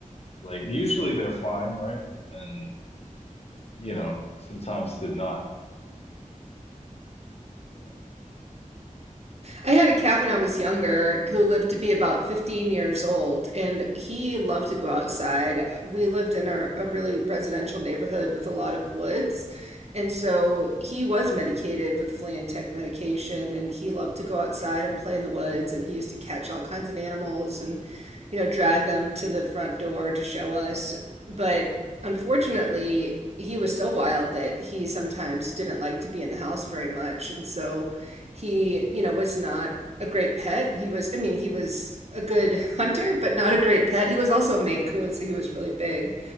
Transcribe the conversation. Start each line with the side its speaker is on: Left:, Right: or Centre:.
Left: Like usually they're fine, right? But then, you know, sometimes they're not. And then yeah.
Right: I had a cat when I was younger who lived to be about 15 years old, and he loved to go outside. We lived in a, a really residential neighborhood with a lot of woods. And so he was medicated with flea and tick medication, and he loved to go outside and play in the woods. And he used to catch all kinds of animals and you know, drag them to the front door to show us. But unfortunately, he was so wild that he sometimes didn't like to be in the house very much. And so he, you know, was not a great pet. He was, I mean, he was a good <laughs> hunter, but not a great pet. He was also a Maine Coon, so he was really big.